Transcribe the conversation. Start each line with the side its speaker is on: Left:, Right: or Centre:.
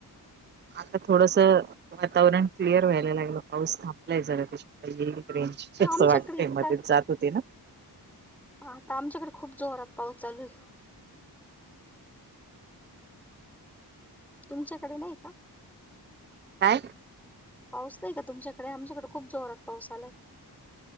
Right: आता थोडस वातावरण क्लिअर व्हायला लागलं पाऊस थांबलाय जरा त्याच्या रेंज चं
Centre: आमच्याकडे
Right: वाटते
Centre: इतका
Right: मध्येच जात होती ना
Centre: आता आमच्याकडे खूप जोरात पाऊस चालू आहे तुमच्याकडे नाही का
Right: काय
Centre: पाऊस नाही का तुमच्याकडे आमच्याकडे खूप जोरात पाऊस आलाय